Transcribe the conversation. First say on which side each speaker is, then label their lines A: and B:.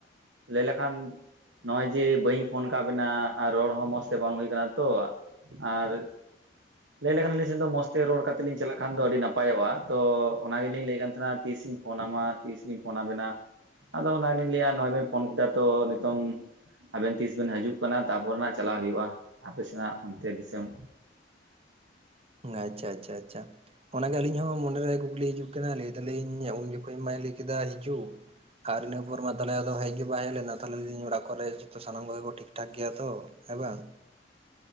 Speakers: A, on the right; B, on the right.
A: ᱞᱟᱹᱭ ᱞᱮᱠᱷᱟᱱ ᱱᱚᱜᱼᱚᱭ ᱡᱮ ᱵᱟᱹᱧ ᱯᱷᱳᱱ ᱠᱟᱫ ᱵᱮᱱᱟ ᱟᱨ ᱨᱚᱲ ᱦᱚᱸ ᱢᱚᱸᱡᱽ ᱛᱮ ᱵᱟᱝ ᱦᱩᱭ ᱠᱟᱱᱟ ᱛᱚ᱾ ᱟᱨ ᱻ ᱞᱟᱹᱭ ᱞᱮᱠᱷᱟᱱ ᱟᱹᱞᱤᱧ ᱥᱮᱱ ᱫᱚ ᱢᱚᱡᱽ ᱛᱮ ᱨᱚᱲ ᱠᱟᱛᱮᱫ ᱞᱤᱧ ᱪᱟᱞᱟᱜ ᱠᱷᱟᱱ ᱫᱚ ᱟᱹᱰᱤ ᱱᱟᱯᱟᱭᱚᱜᱼᱟ ᱛᱚ᱾ ᱚᱱᱟ ᱜᱮᱞᱤᱧ ᱞᱟᱹᱭᱮᱫ ᱠᱟᱱ ᱛᱟᱦᱮᱱᱟ ᱛᱤᱥᱤᱧ ᱯᱷᱳᱱ ᱟᱢᱟ ᱛᱤᱥ ᱞᱤᱧ ᱯᱷᱳᱱᱟ ᱟᱵᱮᱱᱟ ᱟᱫᱚ ᱚᱱᱟ ᱜᱮᱞᱤᱧ ᱞᱟᱹᱭᱟ ᱱᱚᱜ-ᱚᱭ ᱵᱮᱱ ᱯᱷᱳᱱ ᱠᱮᱫᱟ ᱛᱚ ᱱᱤᱛᱚᱝ ᱟᱵᱮᱱ ᱛᱤᱥ ᱵᱮᱱ ᱦᱤᱡᱩᱜ ᱠᱟᱱᱟ ᱛᱟᱨᱯᱚᱨᱱᱟᱜ ᱪᱟᱞᱟᱣ ᱦᱩᱭᱩᱜᱼᱟ ᱟᱯᱮ ᱥᱮᱱᱟᱜ ᱚᱱᱛᱮ ᱫᱤᱥᱚᱢ
B: ᱟᱪᱪᱷᱟ ᱟᱪᱪᱷᱟ ᱟᱪᱪᱷᱟ, ᱚᱱᱟᱜᱮ ᱟᱹᱞᱤᱧ ᱦᱚᱸ ᱢᱚᱱᱮᱨᱮ ᱠᱩᱠᱞᱤ ᱦᱤᱡᱩᱜ ᱠᱟᱱᱟ ᱞᱟᱹᱭ ᱫᱟᱞᱤᱧ ᱩᱱ ᱡᱚᱠᱷᱚᱱ ᱢᱟᱭ ᱞᱟᱹᱭ ᱠᱮᱫᱟ ᱦᱤᱡᱩᱜ ᱟᱨ ᱤᱱᱟᱹ ᱯᱚᱨ ᱢᱟ ᱛᱟᱦᱚᱞᱮ ᱟᱫᱚ ᱦᱮᱡ ᱜᱮ ᱵᱟᱭ ᱦᱮᱡ ᱞᱮᱱᱟ ᱛᱟᱦᱚᱞᱮ ᱞᱟᱹᱭ ᱫᱟᱹᱧ ᱚᱲᱟᱜ ᱠᱚᱨᱮ ᱡᱚᱛᱚ ᱥᱟᱱᱟᱢ ᱠᱚᱜᱮ ᱠᱚ ᱴᱷᱤᱠ ᱴᱷᱟᱠ ᱜᱮᱭᱟ ᱛᱚ ᱦᱮᱸ ᱵᱟᱝ